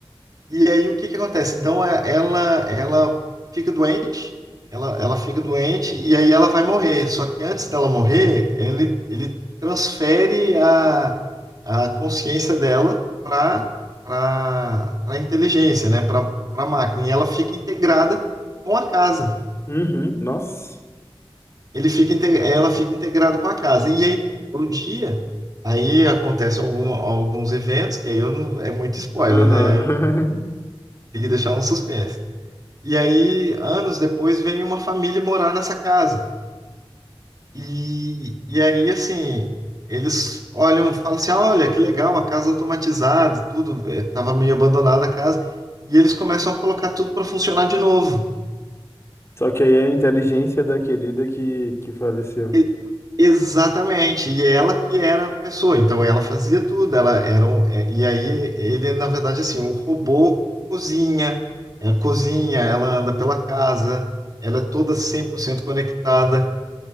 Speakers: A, on the right (about 40°); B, on the left (about 30°).
A: E aí o que que acontece? Então é- ela ela fica doente, ela, ela fica doente e aí ela vai morrer. Só que antes dela morrer, ele, ele transfere a, a consciência dela para para a inteligência, né? Para para máquina. E ela fica integrada com a casa.
B: Uhum, nossa.
A: Ele fica, inte- ela fica integrada com a casa. E aí o dia Aí acontece algum- alguns eventos, que aí eu não, é muito spoiler,
B: Aham.
A: né?
B: <laughs>
A: Tem que deixar um suspense. E aí, anos depois, vem uma família morar nessa casa. E, e aí, assim, eles olham, falam assim: olha, que legal, a casa automatizada, tudo, eh, tava meio abandonada a casa. E eles começam a colocar tudo para funcionar de novo.
B: Só que aí é a inteligência da querida que, que faleceu.
A: E- exatamente. E ela que era a pessoa, então ela fazia tudo. Ela era um, eh, e aí, ele, na verdade, assim, o robô cozinha, eh, cozinha, ela anda pela casa, ela é toda 100% conectada.